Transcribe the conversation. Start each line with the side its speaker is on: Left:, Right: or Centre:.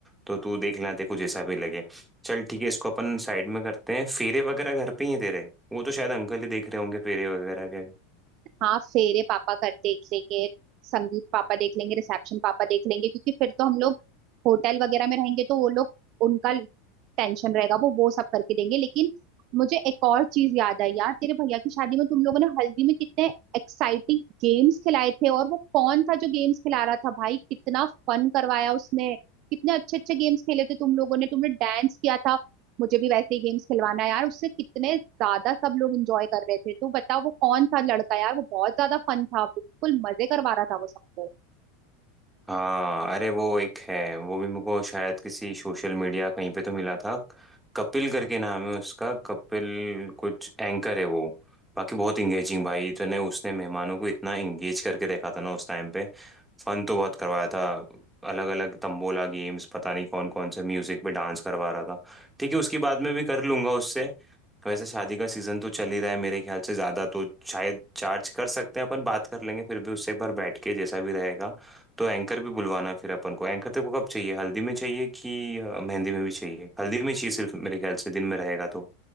Centre: तो तू देख लेना तेको जैसा भी लगे चल ठीक है इसको अपन साइड में करते हैं फेरे वगैरह घर पे ही है तेरे वो तो शायद अंकल ही देख रहे होंगे फेरे वगैरह के
Right: हाँ फेरे पापा कर देख लेंगे संगीत पापा देख लेंगे रिसेप्शन पापा देख लेंगे क्योंकि फिर तो हम लोग होटल वगैरह में रहेंगे तो वो लोग उनका टेंशन रहेगा वो वो सब करके देंगे लेकिन मुझे एक और चीज याद आई यार तेरे भैया की शादी में तुम लोगों ने हल्दी में कितने एक्साइटिंग गेम्स खिलाए थे और वो कौन था जो गेम्स खिला रहा था भाई कितना फन करवाया उसने कितने अच्छे अच्छे गेम्स खेले थे तुम लोगों ने तुमने डांस किया था मुझे भी वैसे ही गेम्स खिलवाना है यार उससे कितने ज्यादा सब लोग एंजॉय कर रहे थे तू बता वो कौन सा लड़का यार वो बहुत ज्यादा फन था बिल्कुल मजे करवा रहा था वो सबको
Centre: हाँ अरे वो एक है वो भी मुझको शायद किसी सोशल मीडिया कहीं पे तो मिला था कपिल करके नाम है उसका कपिल कुछ एंकर है वो बाकी बहुत इंगेजिंग भाई इतने उसने मेहमानों को इतना इंगेज करके देखा था ना उस टाइम पे फन तो बहुत करवाया था अलग अलग तंबोला गेम्स पता नहीं कौन कौन से म्यूजिक पे डांस करवा रहा था ठीक है उसकी बाद में भी कर लूंगा उससे वैसे शादी का सीजन तो चल ही रहा है मेरे ख्याल से ज्यादा तो शायद चार्ज कर सकते हैं अपन बात कर लेंगे फिर भी उससे एक बार बैठ के जैसा भी रहेगा तो एंकर भी बुलवाना फिर अपन को एंकर तेरे को कब चाहिए हल्दी में चाहिए कि अ, मेहंदी में भी चाहिए हल्दी में चाहिए सिर्फ मेरे ख्याल से दिन में रहेगा तो